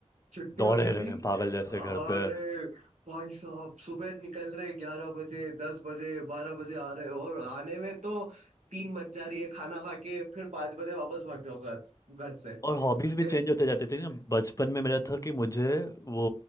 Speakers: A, on the right (about 75°); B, on the left (about 25°).
A: छुट्टी होती
B: दौड़े रहे
A: थी
B: हैं पागल जैसे घर
A: और
B: पे
A: भाई साहब सुबह निकल रहे ग्यारह बजे दस बजे बारह बजे आ रहे और आने में तो तीन बज जा रही है खाना खा के फिर पांच बजे वापस भाग जाओ घर घर से
B: और हॉबीज भी
A: ए,
B: चेंज होते जाते थे ना बचपन में मेरा था कि मुझे वो